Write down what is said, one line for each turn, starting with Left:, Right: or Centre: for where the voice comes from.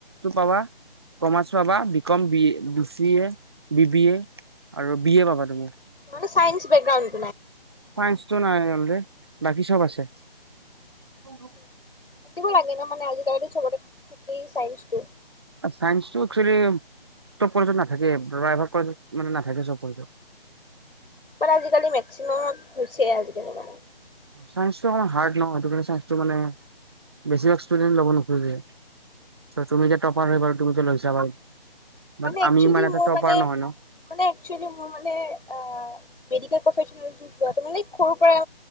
Right: টো পাবা কমাৰ্চ পাবা। B com B A. B C A, B B A আৰু বি এ পাবা তুমি।
Left: মান চাইনচ বেকগ্রাউন্ড।
Right: চাইন্চটো নাই অনলি, বাকী চব আছে। <unintelligible>
Left: আচ্ছা থাকিব লাগে ন' মানে আজিকালো চবতে, থাকেই চাইন্সটো।
Right: চাইন্সটো একচুৱেলি, চব কলেজত নাথাকে প্রায় ভাগ কলেজত মানে নাথাকে।
Left: বাট আজিকালি মেক্সিমামত হৈছে আজিকালি মানে।
Right: চাইন্সটো অকণ হাৰ্ড নহয় সেইটো কাৰণে চাইন্সটো মানে, বেছিভাগ ষ্টুডেণ্ট ল'ব নোখোজে, তুমি টপাৰ হৈ বাৰু তুমি যে লৈছা বাৰু। বাট
Left: মানে একচুৱেলি
Right: আমি ইমান এটা
Left: মোৰ
Right: টপাৰ
Left: মানে,
Right: নহয় ন
Left: মানে একেল মোৰ মানে আহ মেডিকেল প্ৰফেশ্যনটো পোৱা মানে সৰুৰ পৰা